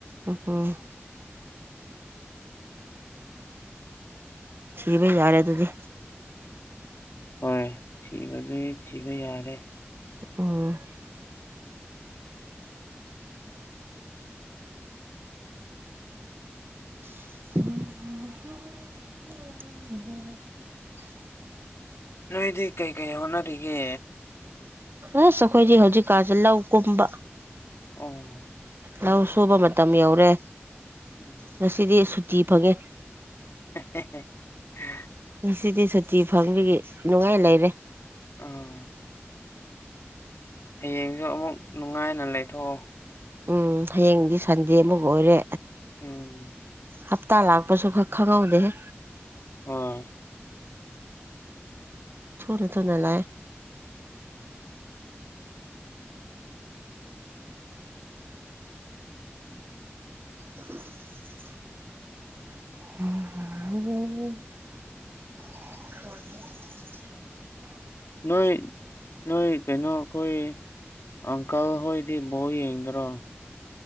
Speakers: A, on the right; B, on the left.
A: ꯎꯝ ꯊꯤꯕ ꯌꯥꯔꯦ ꯑꯗꯨꯗꯤ
B: ꯍꯣꯏ ꯊꯤꯕꯗꯤ ꯊꯤꯕ ꯌꯥꯔꯦ
A: ꯑꯝ <unintelligible>
B: ꯅꯣꯏꯗꯤ ꯀꯩ ꯀꯩ ꯍꯣꯠꯅꯔꯤꯒꯦ
A: ꯑꯁ ꯑꯩꯈꯣꯏꯗꯤ ꯍꯧꯖꯤꯛꯀꯥꯁꯦ ꯂꯧ ꯀꯨꯝꯕ
B: ꯑꯝ
A: ꯂꯧ ꯁꯨꯕ ꯃꯇꯝ ꯌꯧꯔꯦ
B: ꯎꯝ
A: ꯉꯁꯤꯗꯤ ꯁꯨꯇꯤ ꯐꯪꯉꯦ
B: ꯍꯥ ꯍꯦ ꯍꯦ
A: ꯉꯁꯤꯗꯤ ꯁꯨꯇꯤ ꯐꯪꯕꯒꯤ ꯅꯨꯡꯉꯥꯏ ꯂꯩꯔꯦ
B: ꯑꯥ ꯍꯌꯦꯡꯁꯨ ꯑꯃꯨꯛ ꯅꯨꯡꯉꯥꯏꯅ ꯂꯩꯊꯣꯛꯑꯣ
A: ꯎꯝ ꯍꯌꯦꯡꯗꯤ ꯁꯟꯗꯦꯃꯨꯛ ꯑꯣꯏꯔꯦ
B: ꯎꯝ
A: ꯍꯞꯇꯥ ꯂꯥꯛꯄꯁꯨ ꯈꯛ ꯈꯪꯍꯧꯗꯦꯍꯦ
B: ꯑꯥ
A: ꯊꯨꯅ ꯊꯨꯅ ꯂꯥꯛ ꯑꯦ <inaudible> <unintelligible> <inaudible>
B: ꯅꯣꯏ ꯅꯣꯏ ꯀꯩꯅꯣ ꯑꯩꯈꯣꯏ ꯑꯪꯀꯜ ꯍꯣꯏꯗꯤ ꯕꯧ ꯌꯦꯡꯗꯔꯣ